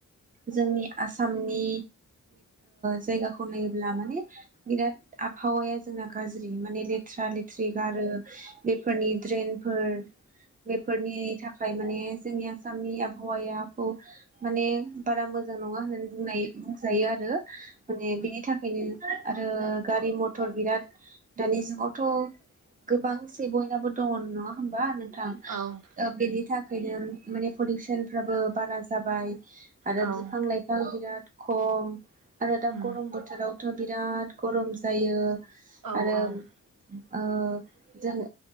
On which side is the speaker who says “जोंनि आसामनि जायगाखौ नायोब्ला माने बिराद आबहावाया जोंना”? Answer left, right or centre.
Right